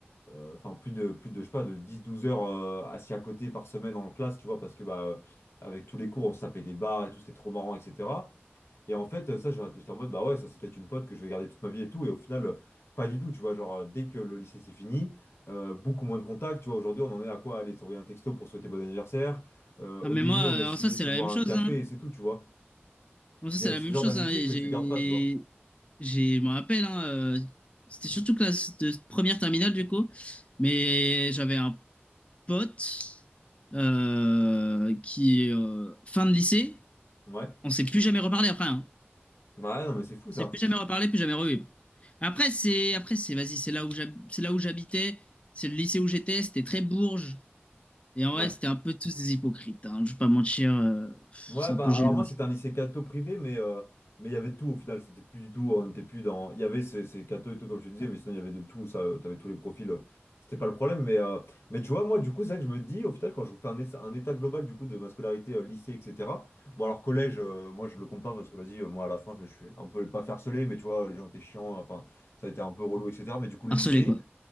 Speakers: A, on the left; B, on the left.
A: euh, enfin plus de plus de je sais pas de dix douze heures euh, assis à côté par semaine en classe tu vois parce que bah euh, avec tous les cours on se tapait des barres et tout c'était trop marrant etc et en fait euh, ça j'aurais- j'étais en mode bah ouais ça c'est peut-être une pote que je vais garder toute ma vie et tout et au final euh, pas du tout tu vois genre euh, dès que le lycée c'est fini euh, beaucoup moins de contacts tu vois aujourd'hui on en est à quoi aller s'envoyer un texto pour souhaiter bon anniversaire Euh,
B: Ah,
A: au
B: mais
A: début
B: moi, euh,
A: on essayait
B: en soi, c'est
A: de se
B: la
A: boire
B: même chose,
A: un café
B: hein.
A: et c'est tout tu vois
B: En soi,
A: il
B: c'est
A: y a
B: la
A: ce
B: même
A: genre
B: chose,
A: d'amitié
B: hein. Et
A: que
B: J'ai,
A: tu gardes pas tu vois
B: j'ai, je me rappelle, hein, euh, c'était surtout classe de première terminale, du coup. Mais j'avais un pote euh, qui, euh, fin de lycée,
A: ouais
B: on s'est plus jamais reparlé après, hein.
A: bah ouais, non mais c'est fou
B: C'est
A: ça
B: plus jamais reparlé, plus jamais revu. Après, c'est, après, c'est, vas-y, c'est là où j'hab- c'est là où j'habitais, c'est le lycée où j'étais, c'était très bourge. Et en
A: Ouais.
B: vrai, c'était un peu tous des hypocrites, hein, je vais pas mentir, euh, pff,
A: Ouais,
B: c'est un
A: bah
B: peu gênant.
A: alors moi c'était
B: je trouve.
A: un lycée catho privé, mais euh, mais il y avait tout au final, c'était plus du tout, on était plus dans. Il y avait ces, ces cathos et tout, comme je te disais, mais sinon il y avait de tout, ça, euh, t'avais tous les profils, euh, c'était pas le problème. Mais, euh, mais tu vois, moi du coup, c'est vrai que je me dis, au final, quand je fais un, essa- un état global du coup de ma scolarité, euh, lycée, etc. Bon, alors collège, euh, moi je le compte pas parce que vas-y, euh, moi à la fin, je me suis un peu pas farcelé, mais tu vois, les gens étaient chiants, enfin, ça a été un peu relou, etc. Mais du coup, le
B: Harcelé,
A: lycée,
B: quoi.